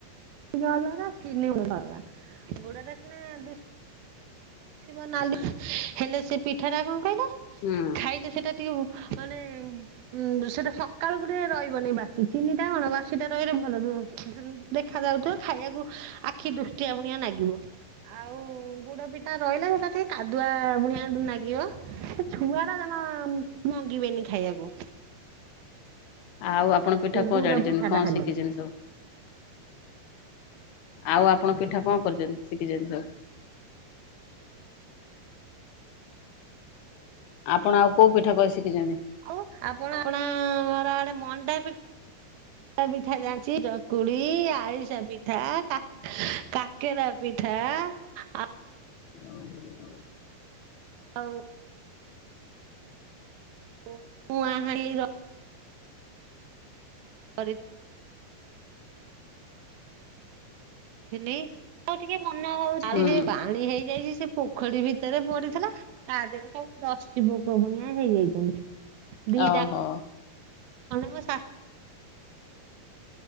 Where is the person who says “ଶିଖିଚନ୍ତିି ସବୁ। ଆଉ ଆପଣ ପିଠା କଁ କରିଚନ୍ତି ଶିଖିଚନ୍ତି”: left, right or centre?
Left